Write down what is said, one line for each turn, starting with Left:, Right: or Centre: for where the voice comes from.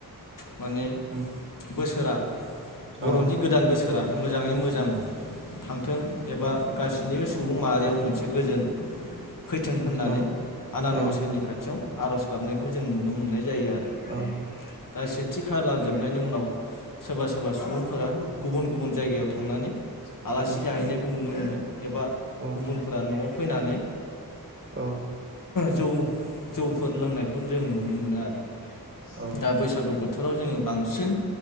Left: माने
Right: उम
Left: बोसो सोरा बर'नि
Right: औ
Left: गोदान बोसो फोरा मोजाङै मोजां थांथों एबा गासैनिबो सुबुं माहारियाव मोनसे गोजोन फैथों होननानै
Right: औ
Left: आनान
Right: औ
Left: गसाइनि खाथियाव आर'ज गाबनायखौ जों नुनो मोननाय जायो आरो
Right: औ
Left: दा सेथि खालार जोबनायनि उनाव सोरबा सोरबा सुबुंफोरा गुबुन गुबुन जायगायाव थांनानै आलासि
Right: उम
Left: जाहैनायखौ नुनो मोनो एबा
Right: औ
Left: गुबुनफोरा न'आव फैनानै
Right: औ
Left: जौ जौफोर लोंनायखौ जों नुनो मोनो आर
Right: औ
Left: दा बैसागु बोथ थोराव जोङो बांसिन